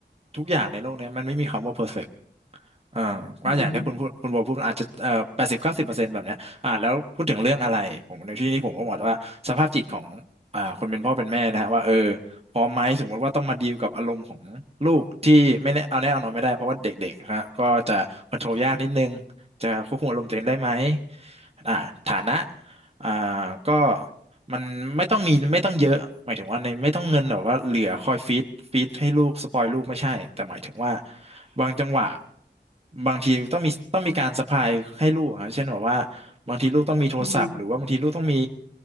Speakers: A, on the right; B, on the left.
A: ทุกอย่างในโลกเนี้ยมันไม่มีคำว่าเพอร์เฟก เออก็อย่างที่คุณพูดคุณโบพูดมันอาจจะเอ่อแปดสิบเก้าสิบเปอร์เซ็นต์แบบเนี้ยอ่าแล้วพูดถึงเรื่องอะไรผมในที่นี้ผมก็บอกว่าสภาพจิตของอ่าคนเป็นพ่อเป็นแม่นะฮะว่าเออ
B: อืม
A: พร้อมไหมสมมติว่าต้องมาดีลกับอารมณ์ของลูกที่ไม่แน่เอาแน่เอานอนไม่ได้เพราะว่าเด็กๆนะฮะก็จะคอนโทรลยากนิดนึงจะควบคุมอารมณ์ตัวเองได้ไหมอ่าฐานะอ่าก็ มันไม่ต้องมีไม่ต้องเยอะหมายถึงว่าในไม่ต้องเงินแบบว่าเหลือคอยฟีดฟีดให้ลูกสปอยลูกไม่ใช่แต่หมายถึงว่าบางจังหวะบางทีต้องมีต้องมีการสะพายให้ลูกครับเช่นแบบว่าบางทีลูกต้องมีโทรศัพท์หรือว่าบางทีลูกต้องมี
B: อืม